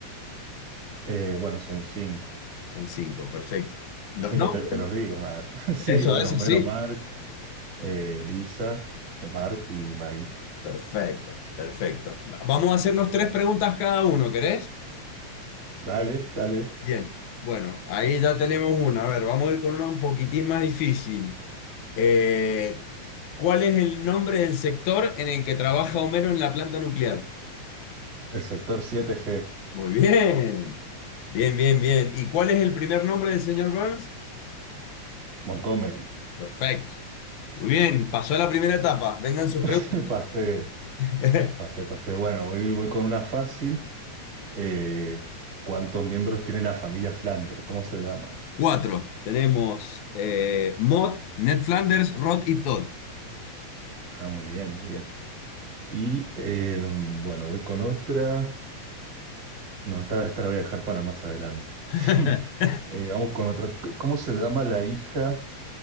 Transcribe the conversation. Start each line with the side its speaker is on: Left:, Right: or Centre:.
Right: Eh, bueno, son cinco.
Left: Son cinco, perfecto. ¿Los
Right: Son cinco,
Left: nombres?
Right: te, te los digo. Ah, <laughs> sí,
Left: Eso,
Right: bueno,
Left: eso
Right: Homero,
Left: sí.
Right: Mark, eh, Lisa, eh, Bart y Maggie.
Left: Perfecto, perfecto. Vamos a hacernos tres preguntas cada uno, ¿querés?
Right: Dale, dale.
Left: Bien, bueno, ahí ya tenemos una. A ver, vamos a ir con una un poquitín más difícil. Eh, ¿cuál es el nombre del sector en el que trabaja Homero en la planta nuclear?
Right: El sector 7G,
Left: Muy bien, bien, bien, bien. ¿Y cuál es el primer nombre del señor Burns?
Right: Montgomery.
Left: Perfecto. Muy bien, pasó a la primera etapa. Vengan sus preguntas.
Right: <laughs> Pasé,
Left: <laughs>
Right: pasé, pasé. Bueno, voy, voy con una fácil. Eh, ¿cuántos miembros tiene la familia Flander? ¿Cómo se llama?
Left: Cuatro. Tenemos eh, Maude, Ned Flanders, Rod y Todd.
Right: Ah, muy bien, muy bien. Y eh, bueno, voy con otra. No, esta, esta la voy a dejar para más adelante.
Left: <laughs>
Right: <laughs> Eh, vamos con otra. ¿Cómo se llama la hija